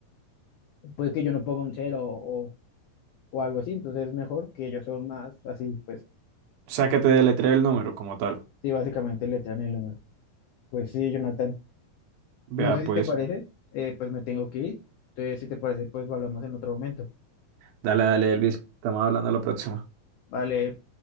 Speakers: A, on the left; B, on the right.
A: puede que yo no ponga un cero o, o algo así, entonces es mejor que ellos son más así, pues,
B: o sea que te deletrea el número como tal.
A: sí, básicamente le traen el número. Pues sí, Jonathan.
B: Vea
A: No sé
B: pues.
A: si te parece, eh, pues me tengo que ir. Entonces, si te parece, pues hablamos en otro momento.
B: Dale, dale, Elvis, estamos hablando a la próxima.
A: Vale.